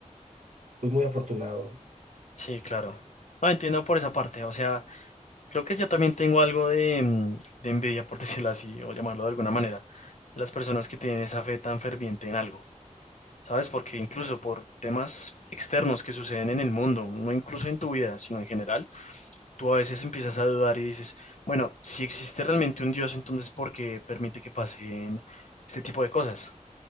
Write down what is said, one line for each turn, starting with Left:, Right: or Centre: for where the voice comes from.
Right: Fui muy afortunado.
Left: Sí, claro. No, entiendo por esa parte. O sea, creo que yo también tengo algo de, mm, de envidia, por <laughs> decirlo así, o llamarlo de alguna manera, de las personas que tienen esa fe tan ferviente en algo, ¿sabes? Porque incluso por temas externos que suceden en el mundo, no incluso en tu vida, sino en general, tú a veces empiezas a dudar y dices, bueno, si existe realmente un Dios, entonces ¿por qué permite que pasen este tipo de cosas?